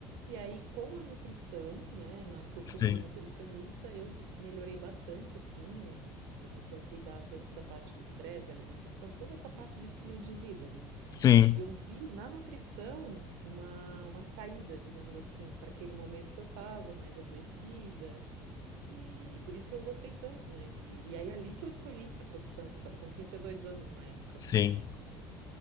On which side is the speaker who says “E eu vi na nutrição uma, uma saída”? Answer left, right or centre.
Right